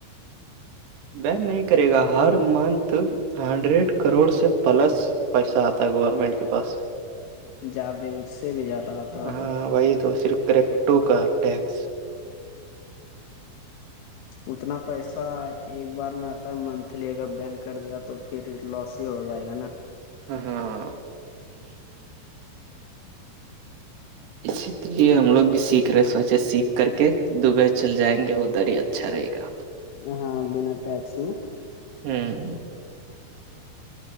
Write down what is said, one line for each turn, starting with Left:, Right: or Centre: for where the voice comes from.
Right: ب نہیں کرے گا ہر منتھ ہنڈریڈ کروڑ سے پلس پیسہ آتا گورنمنٹ بس
Left: زیادہ اس سے بھی زیادہ آتا ہوگا
Right: ہاں وہی تو صرف کرے ٹوکا ٹیکس
Left: اتنا پیسہ ایک بار میں آتا ہے منتھلی اگر بین کر دے گا تو تو پھر لاس ہی ہو جائے گا نا
Right: ہاں ہاں اسی لیے ہم لوگ بھی سیکھ رہے سوچے سیکھ کر کے دبئی چل جائیں گے ادھرر ہی اچھا رہے گا
Left: ہاں بنا ٹیکس میں
Right: ہوں